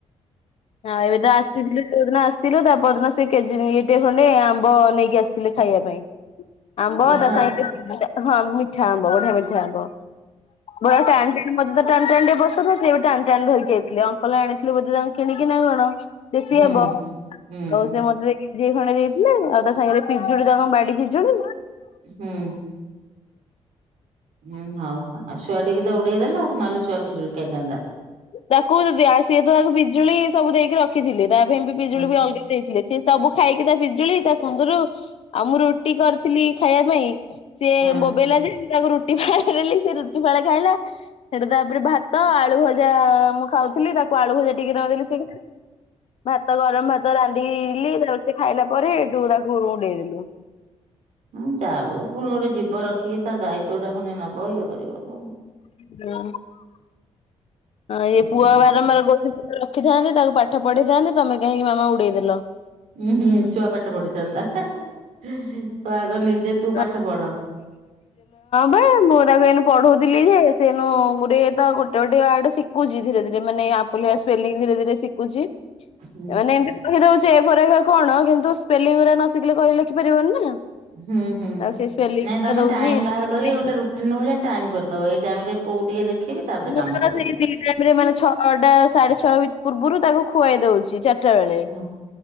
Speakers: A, on the left (about 60°); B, on the right (about 80°).
A: ହଁ ଏବେ ତ ଆସିଥିଲି। ଯୋଉ ଦିନ ଆସିଲେ ତା ପର ଦିନ ସେ ଏଇଠେ ଖଣ୍ଡେ ଆମ୍ବ ନେଇକି ଆସିଥିଲେ ଖାଇବା ପାଇଁ। ଆମ୍ବ
B: ମିଠା
A: ହଁ ମିଠା ଆମ୍ବ ବଢିଆ ମିଠା ଆମ୍ବ। ବୁର ଟାଣି ଟାଣି ମତେ ତ ଟାଣି ଟାଣି ଟ ବସ ଟାଣି ଟାଣି ଧରିକି ଆଇଥିଲା ଆଉ। କଲେ ଆଣିଥିଲୁ ବୋଧେ ତାଙ୍କୁ କିଣିକି ନା କଣ ଦେଶୀ
B: ହୁଁ
A: ଆମ୍ବ
B: ହୁଁ
A: ପଇସା ମତେ ଦେଖି କିଲେ ଖଣ୍ଡେ ଦେଇଥିଲେ ଆଉ ତା ସାଙ୍ଗରେ ପିଜୁଳି ତାଙ୍କ କଣ ବାଡି ପିଜୁଳି।
B: ହୁଁ। ହୁଁ ହଉ ଶୁଆ ଟିକେ ତ ଉଡେଇ ଦେଲା ନହେଲେ ଶୁଆ ପିଜୁଳି ଖାଇଥାନ୍ତା।
A: ତାକୁ ସିଏ ତ ତାକୁ ପିଜୁଳି ସବୁ ଦେଇକି ରଖିଥିଲେ ତା ପାଇଁ ବି ପିଜୁଳି
B: ହଁ
A: ବି ଅଲଗା ଦେଇଥିଲେ। ସେ ସବୁ ଖାଇକି ତା ପିଜୁଳି ତା କୁନ୍ଦରୁ ଆଉ ମୁଁ ରୁଟି କରିଥିଲି ଖାଇବା ପାଇଁ। ସିଏ
B: ହଁ
A: ବୋବେଇଲା ଯେ ତାକୁ ରୁଟି ଫାଳେ ଦେଲି ସେ ରୁଟି ଫାଳେ ଖାଇଲା ସେଠୁ ତାପରେ ଭାତ ଆଳୁ ଭଜା ଯା ମୁଁ ଖାଉଥିଲି ତାକୁ ଆଳୁ ଭଜା ଟିକେ ଦେଲି ସେ ଭାତ ଗରମ ଭାତ ରାନ୍ଧିଲି ତାପ ସେ ଖାଇଲା ପରେ ସେଇଠୁ ତାକୁ ଉଡେଇଦଲୁ।
B: ହଁ ଯାହା ହୋଉ ପୁଣି ଗୋଟେ ଜୀବ ରଖିକି ତା ଦାୟିତ୍ଵ ଟା ପୁଣି ନବ ଇଏ କରିବ କ
A: ହୁଁ ଇଏ
B: ହୁଁ
A: ପୁଅ ବାରମ୍ବାର କହୁଛି ତୁ ତୋର ଶିଥାନ୍ତି, ତାକୁ ପାଠ ପଢେଇଥାଆନ୍ତି। ତମେ କାହିଁକି ମାମା ଉଡେଇଦେଲ?
B: ହୁଁ, ହୁଁ ଛୁଆ ପାଠ ପଢିଥାନ୍ତା। ହା ହା, ଆଗ ନିଜେ
A: <inaudible>
B: ତୁ
A: ହଁ,
B: ପାଠ ପଢ
A: ପା ମୁଁ ତାକୁ ଏଇନେ ପଢଉଥିଲି, ଯେ ସେନୁ ଗୁଟେ ତ ଗୋଟେ ଗୋଟେ ୱାଡ ଶିଖୁଚି। ଧୀରେ ଧୀରେ ମାନେ, ଆପୁଲିଆ ସ୍ପେଲିଙ୍ଗ୍ ଧୀରେ ଧୀରେ ଶିଖୁଚି।
B: ହୁଁ
A: ମାନେ, ଏମିତି କହି ଦଉଛି, ଏ ଫର୍ ହେକା କଣ? କିନ୍ତୁ, ସ୍ପେଲିଂରା ନ ଶିଖିଲେ କହିଲେ ତି ପାରିବନି ନା!
B: ହୁଁ, ହୁଁ।
A: ଆଉ ସେ ସ୍ପେଲିଂ
B: ନାଇଁ, ତମେ
A: ଟା ଦଉଛି
B: ଟାଇମ୍
A: ଲେଖିବା
B: ବାହାର କରିକି,
A: ପାଇଁ।
B: ଗୋଟେ ରୁଟିନ୍ ଭଳିଆ ଟାଇମ୍ କରିଦବ। ଏଇ ଟାଇମ୍ ରେ ପୁଅକୁ ଟିକେ ଦେଖିବି। ତାପରେ
A: ମୁଁ
B: କାମ
A: ତ
B: କରିବି।
A: ସେଇ ଦିଟାଇମ୍ ରେ ମାନେ ଛଅ ଟା ସାଢେ ଛଅ ପୂର୍ବରୁ ତାକୁ ଖୁଆଇ ଦଉଚି। ଚା ଟାଳେ
B: ହଁ